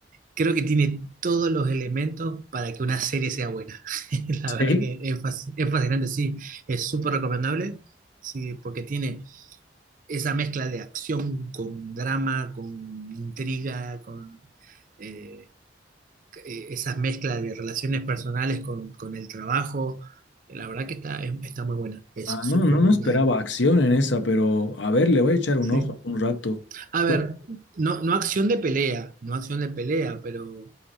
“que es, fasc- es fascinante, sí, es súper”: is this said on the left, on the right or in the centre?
Right